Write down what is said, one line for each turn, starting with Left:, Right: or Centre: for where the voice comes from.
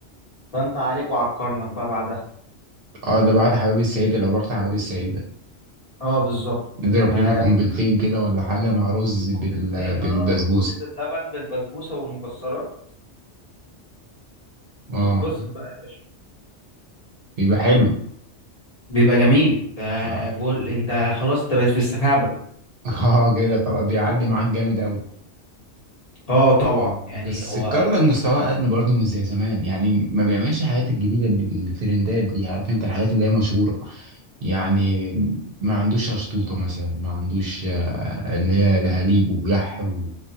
Left: فانت عليك وعلى الكرنك بقى بعدها
Right: اه ده بعد حمام السيدة لو رحت حمام السيدة
Left: اه بالظبط
Right: نضرب
Left: هيعيش
Right: لنا قنبلتين كده ولا حاجة مع رز بال...
Left: كوبايتين
Right: بالبسبوسة
Left: اه رز بلبن بالبسبوسه والمكسرات
Right: اه
Left: واتبسط بقى يا باشا
Right: بيبقى حلو
Left: بيبقى جميل آه،
Right: اه
Left: بقول انت خلاص انت بقيت في السحابة
Right: <laughs> اه كده خلاص بيعلي معاك جامد قوي
Left: اه طبعا يعني
Right: بس
Left: هو
Right: الكرنك مستواه اقل برضه مش زي زمان يعني ما بيعملش الحاجات الجديدة اللي- الترندات دي عارف انت الحاجات اللي هي مشهورة يعني ما عندوش أشطوطة مثلا ما عندوش آه، اللي هي دهاليب ويح و...